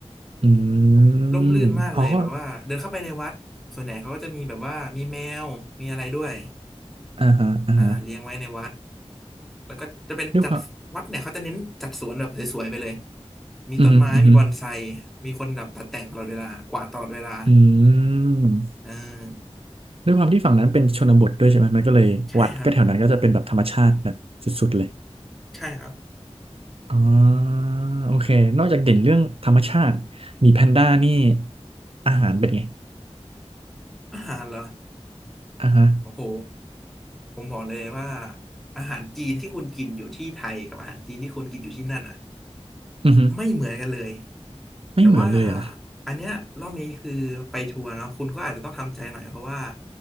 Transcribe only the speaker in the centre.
ร่มรื่นมากเลยแบบว่าเดินเข้าไปในวัดส่วนใหญ่เขาก็จะมีแบบว่ามีแมวมีอะไรด้วย
อ่าเลี้ยงไว้ในวัดแล้วก็จะเป็นจัดวัดเนี่ยเขาจะเน้นจัดสวนแบบสวยๆไปเลย
มีต้นไม้มีบอนไซ
มีคนแบบตัดแต่งตลอดเวลากวาดตลอดเวลา
เออ
ใช่ครับใช่ครับ
อาหารเหรอ
โอ้โหผมบอกเลยว่าอาหารจีนที่คุณกินอยู่ที่ไทยกับอาหารจีนที่คุณกินอยู่ที่นั่นอ่ะ
ไม่เหมือนกันเลย
แต่ว่าอันเนี้ยรอบนี้คือไปทัวร์เนาะคุณก็อาจจะต้องทำใจหน่อยเพราะว่า